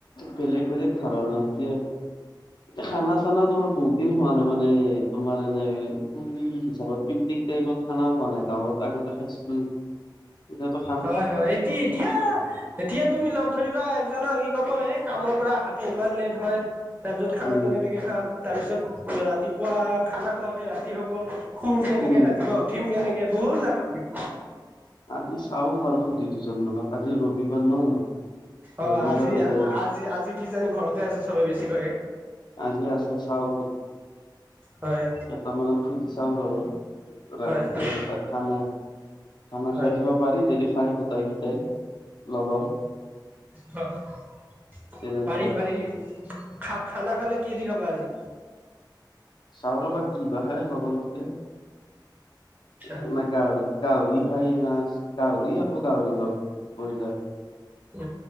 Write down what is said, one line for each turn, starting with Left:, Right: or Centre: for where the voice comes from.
Left: বেলেগ বেলেগ ধাৰণা এতিয়া, খানা চানা তোমাৰ বহুত- দিন হোৱা নাই মানে তোমাৰ এনে- হিচাপত পিকনিক টাইপত খানাও হোৱা নাই, গাঁৱত আগতে খাইছিলোঁ এতিয়া ত-
Right: হয় হয় এটি এতিয়া- এতিয়া তুমি লগ ধৰিবা এক জানে কি কব এ কামৰ পৰা আহাতে ইমান লেট হয়। তাৰপিছত খানাটো
Left: উম
Right: কেনেকে খাম? তাৰপিছত ৰাতি- পুৱা খানা খুৱাতে ৰাতি হ'ব, শুম কেনেকে
Left: উম
Right: ৰাতিপুৱা উঠিম কেনেকে, বহুত নাটক দিব।
Left: আজি চাওঁ বাৰু সুধি দুজন মানক আজি ৰবিবাৰ ন।
Right: অ
Left: ৰবিবাৰ
Right: আজি
Left: হলে
Right: আজি আজি কি জানি ঘৰত- ঘৰতে আছে চবে বেছিভাগে,
Left: আজি আছে চাও
Right: হয়।
Left: তাৰমানে সুধি চাওঁ বাৰু ৰাতিকে
Right: হয় হয়
Left: এটা খানা- খানা
Right: হয়।
Left: খাই দিব পাৰি যদি খাই গোটেই গেটাই লগৰ।
Right: হয়
Left: তেনেকুৱা
Right: পাৰি পাৰি খা খানা খালে কি দি খাবা আজি?
Left: চাওঁ ৰবা কি বা হে লগৰ গিটাই
Right: আচ্ছা
Left: গাহৰি গাহৰি খাই মাছ গাহৰি হ'ব গাহৰি হ'ব ব্ৰইলাৰ-
Right: অ